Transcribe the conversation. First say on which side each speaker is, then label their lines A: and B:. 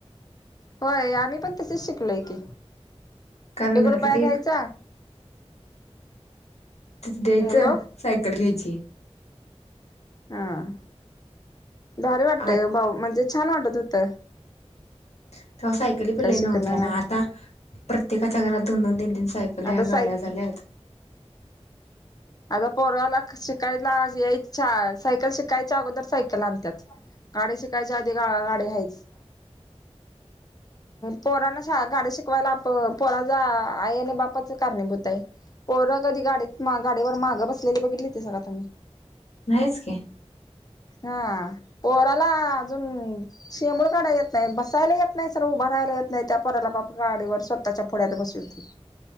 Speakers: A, on the left; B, on the left.
A: होय आम्ही पण तशिच शिकलो की
B: कारण
A: एक रुपाया
B: तिथे
A: घ्यायचा
B: तिथं द्यायचं
A: हॅलो
B: सायकल घ्यायची
A: हा भारी वाटतयं
B: आ
A: गं म्हणजे भाऊ छान वाटतं होत
B: तेव्हा सायकली पण
A: शिकणं
B: नव्हत्या ना आता प्रत्येकाच्या घरात दोन दोन तीन तीन सायक सायकल्या,
A: आता सायक
B: गाड्या झाल्यात
A: आता पोराला शिकायला यायच्या सायकल शिकायच्या अगोदर सायकल आणतात, गाडी शिकायच्या आधी गाडी हायचं. पोरांना गाडी शिकवायला आप पोराचा आई आणि बापाच कारणीभूत आहेत. पोर कधी गाडीत गाडीवर‌ मागं बसलेली बघितलीसा का तुम्ही?
B: नाहीच की
A: हा पोराला अजून शेबूड काढाय येत नाही, बसायला येत नाही सरळ उभ राहाला येत नाही त्या पोराला बाप गाडीवर स्वतःच्या पुढ्यात बसवतंय.